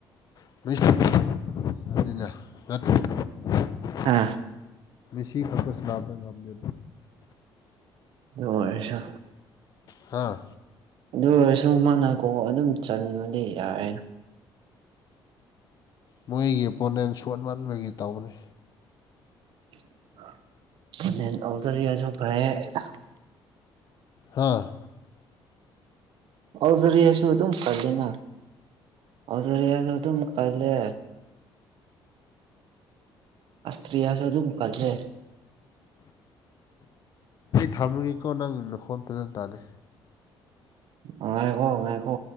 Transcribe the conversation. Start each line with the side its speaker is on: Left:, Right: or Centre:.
Left: <unintelligible>
Right: ꯑꯥ
Left: ꯃꯦꯁꯤ ꯈꯛꯇ ꯁꯅꯥꯕ ꯉꯝꯗꯦ꯫
Right: <unintelligible>
Left: ꯍꯥꯥ
Right: ꯑꯗꯨ ꯑꯣꯏꯔꯁꯨ ꯃꯥꯅ ꯒꯣꯜ ꯑꯗꯨꯝ ꯆꯟꯂꯗꯤ ꯌꯥꯔꯦ꯫
Left: ꯃꯣꯏꯒꯤ ꯑꯣꯄꯣꯅꯦꯟ ꯁꯣꯠ ꯃꯟꯕꯒꯤ ꯇꯧꯕꯅꯤ꯫
Right: <unintelligible>
Left: ꯍꯥꯥ
Right: ꯑꯜꯖꯔꯤꯌꯥꯁꯨ ꯑꯗꯨꯝ ꯀꯜꯂꯦꯅ ꯑꯜꯖꯔꯤꯌꯥ ꯁꯨ ꯑꯗꯨꯝ ꯀꯜꯂꯦ꯫ ꯑꯁꯇ꯭ꯔꯤꯌꯥꯁꯨ ꯑꯗꯨꯝ ꯀꯜꯂꯦ꯫
Left: ꯊꯝꯃꯨꯒꯦꯀꯣ ꯅꯪ ꯅꯈꯣꯟ ꯐꯖꯅ ꯇꯥꯗꯦ꯫
Right: ꯑꯉꯥꯏꯈꯣ ꯉꯥꯏꯈꯣ